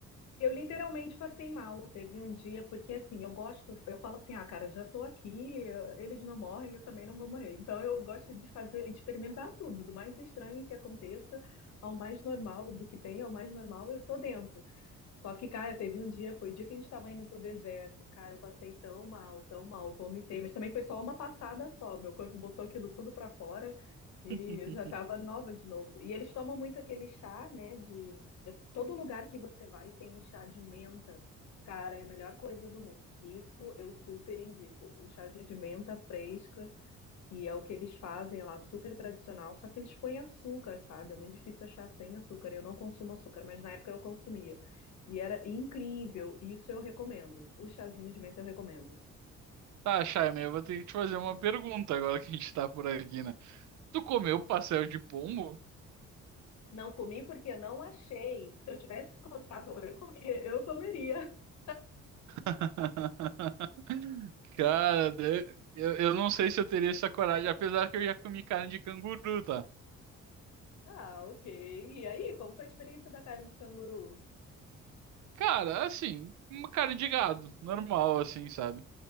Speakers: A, on the left (about 65°); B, on the right (about 70°).
A: Eu literalmente passei mal. Teve um dia, porque assim, eu gosto, eu falo assim, ah, cara, já tô aqui, eu- eles não morrem, eu também não vou morrer. Então eu gosto de fazer, experimentar tudo, do mais estranho que aconteça ao mais normal, do que tem ao mais normal, eu tô dentro. Só que, cara, teve um dia, foi o dia que a gente estava indo pro deserto, cara, eu passei tão mal, tão mal, vomitei, mas também foi só uma passada só, meu corpo botou aquilo tudo pra fora e
B: <laughs>
A: eu já tava nova de novo. E eles tomam muito aquele chá, né, de eu- todo lugar que você vai tem o chá de menta. Cara, é a melhor coisa do mundo. Isso eu super indico. O chazinho de menta fresca, que é o que eles fazem lá, super tradicional, só que eles põem açúcar, sabe? É muito difícil achar sem açúcar. Eu não consumo açúcar, mas na época eu consumia. E era incrível. Isso eu recomendo. O chazinho de menta eu recomendo.
B: Tá, Chaime, eu vou ter que te fazer uma pergunta agora que a gente tá por aqui, né? Tu comeu pastel de pombo?
A: Não comi porque eu não achei. Se eu tivesse contado, eu comia, eu comeria. <laughs>
B: <laughs> Cara, de- eu, eu não sei se eu teria essa coragem, apesar que eu já comi carne de canguru, tá?
A: Ah, ok. E aí, como foi a experiência da carne de canguru?
B: Cara, assim, uma carne de gado, normal, assim, sabe?